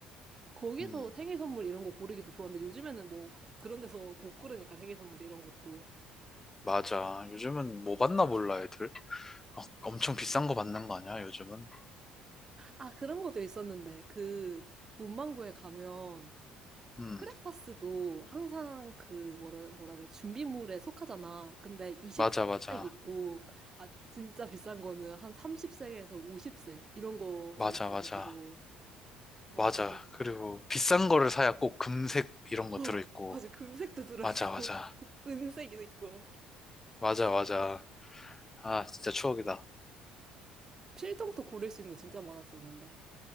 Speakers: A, on the right; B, on the left.
A: 거기서
B: 음,
A: 생일 선물 이런 거 고르기도 좋았는데 요즘에는 뭐 거- 그런 데서 못 고르니까 생일 선물 이런 것도.
B: 맞아. 요즘은 뭐 받나 몰라, 애들. 막 엄청 비싼 거 받는 거 아니야, 요즘은?
A: 아, 그런 것도 있었는데 그 문방구에 가면
B: 음,
A: 크레파스도 항상 그 뭐라 뭐라 그래 준비물에 속하잖아. 근데 20색
B: 맞아, 맞아.
A: 있고 아 진짜 비싼 거는 한 30색에서 50색 이런 거
B: 맞아,
A: 막 있어가지고
B: 맞아.
A: 막
B: 맞아.
A: 약간
B: 그리고 비싼 거를 사야 꼭 금색 이런 거
A: 어
B: 들어있고.
A: 맞아 금색도 들어있고
B: 맞아, 맞아.
A: <laughs> 은색이도 있고
B: 맞아, 맞아. 아, 진짜 추억이다.
A: 필통도 고를 수 있는 거 진짜 많았었는데